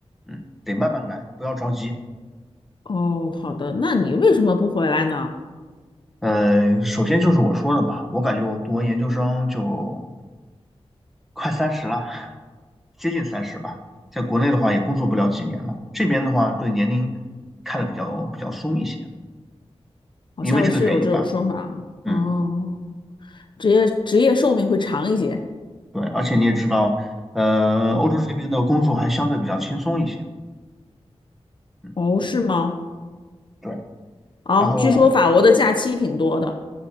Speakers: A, in the centre; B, on the left.
A: 嗯，得慢慢来，不要着急。
B: 哦，好的，那你为什么不回来呢？
A: 呃，首先就是我说的吧，我感觉我读完研究生就快三十了，接近三十吧。在国内的话也工作不了几年了，这边的话对年龄看得比较比较松一些，
B: 好像是有这种说法啊。
A: 因为这个原因吧。嗯，
B: 哦，职业职业寿命会长一些。
A: 对，而且你也知道，呃，欧洲这边的工作还相对比较轻松一些。嗯，
B: 哦，是吗？
A: 对。
B: 哦，
A: 然后
B: 据说法国的假期挺多的。